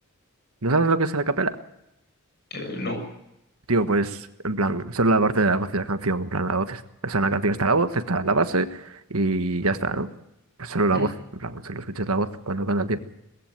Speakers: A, on the right (about 80°); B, on the left (about 50°).
A: ¿No sabes lo que es la acapela?
B: Eh, no.
A: Tío, pues, en plan, solo la parte de la voz de la canción. En plan, la voz, es- o sea, en la canción está la voz, está la base y ya está, ¿no? Pues solo la
B: Mm,
A: voz, en plan, solo escuchas la voz cuando canta el tío.